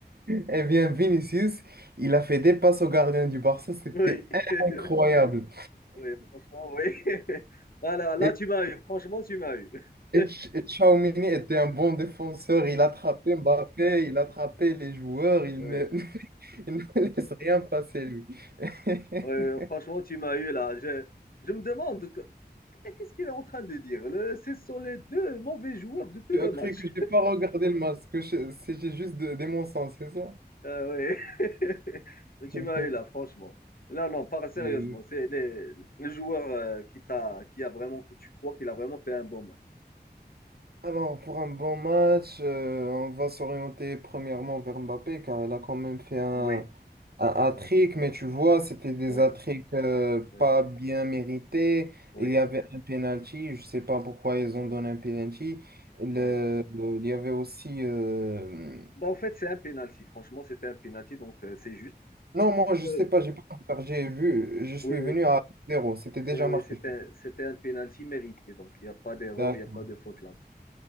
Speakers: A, on the right; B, on the left.
A: Eh bien, Vinicius, il a fait des passes au gardien du Barça, c'était
B: Oui, <laughs>
A: incroyable.
B: oui, franchement, oui. <laughs> Voilà, là,
A: Et,
B: tu m'as eu. Franchement, tu m'as eu.
A: et,
B: <laughs>
A: Ch- et Tchouaméni était un bon défenseur, il attrapait Mbappé, il attrapait les joueurs, il
B: Oui,
A: ne, <laughs> il ne laisse rien passer, lui. <laughs>
B: oui, oui, franchement, tu m'as eu là. Je, je me demande que- qu'est-ce qu'il est en train de dire. Le- ce sont les deux mauvais joueurs de tout
A: Tu
B: le
A: as cru
B: match.
A: que j'ai pas regardé le match, que je- c'est j'ai juste de, des mensonges, c'est ça?
B: Euh ouais. <laughs> Mais
A: <laughs>
B: tu m'as eu là, franchement. Là, non, pas sérieusement.
A: Mhm.
B: C'est les- le joueur euh, qui t'a, qui a vraiment, que tu crois qu'il a vraiment fait un bon match.
A: Alors, pour un bon match, euh, on va s'orienter premièrement vers Mbappé, car il a quand même fait un,
B: Oui,
A: un hat-trick,
B: oui,
A: mais tu vois, c'était des
B: oui,
A: hat euh,
B: oui,
A: pas bien mérités.
B: oui,
A: Il y avait un penalty, je sais pas pourquoi ils ont donné un penalty. Le-
B: oui.
A: le- il y avait aussi. euh,
B: Bah, en fait, c'est un penalty. Franchement, c'était un penalty, donc euh, c'est juste.
A: Non, moi, je
B: Euh,
A: sais pas, j'ai pas regardé, j'ai vu, je suis
B: oui, oui,
A: venu à zéro, c'était déjà
B: oui, oui,
A: marqué.
B: c'était un, c'était un penalty mérité. Donc, il n'y a pas d'erreur,
A: D'accord,
B: il n'y a pas de faute là.